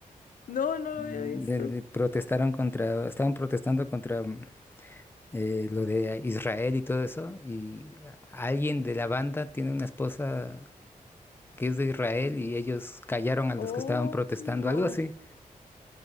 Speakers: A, on the left; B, on the left.
A: No, no lo
B: mm,
A: había visto.
B: de- de protestaron contra, estaban protestando contra mm, eh, lo de Israel y todo eso. Y a- alguien de la banda tiene una esposa que es de Israel y ellos callaron a los
A: Oh,
B: que estaban protestando, algo así.